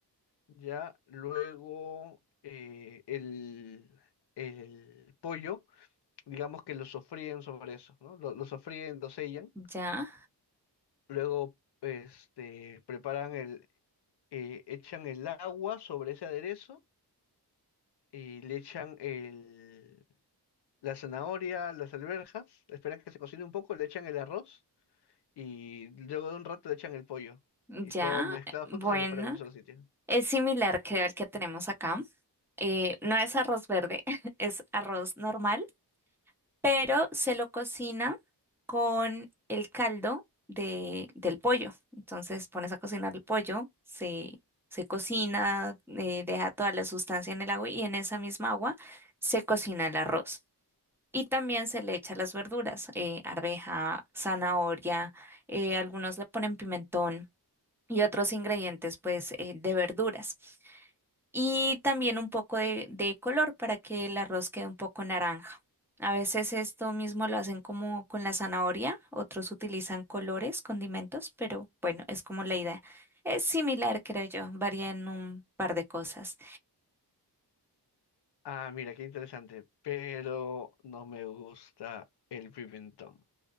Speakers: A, on the left; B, in the centre.
A: ya, luego eh, el, el pollo, digamos que lo sofríen sobre eso, ¿no? Lo, lo sofríen, lo sellan,
B: ya,
A: luego este, preparan el, eh, echan el agua sobre ese aderezo y le echan el, la zanahoria, las alberjas, esperan que se cocine un poco, le echan el arroz y luego de un rato le echan el pollo
B: ya.
A: y todo mezclado
B: Bueno.
A: junto se prepara en un solo sitio.
B: Es similar, creo, al que tenemos acá. Eh, no es arroz verde, <laughs> es arroz normal, pero se lo cocina con el caldo de, del pollo. Entonces pones a cocinar el pollo, se, se cocina, eh, deja toda la sustancia en el agua y en esa misma agua se cocina el arroz. Y también se le echa las verduras, eh, arveja, zanahoria, eh, algunos le ponen pimentón y otros ingredientes pues eh, de verduras y también un poco de, de color para que el arroz quede un poco naranja. A veces esto mismo lo hacen como con la zanahoria, otros utilizan colores, condimentos, pero bueno, es como la idea. Es similar, creo yo, varía en un par de cosas.
A: Ah, mira, qué interesante, pero no me gusta el pimentón.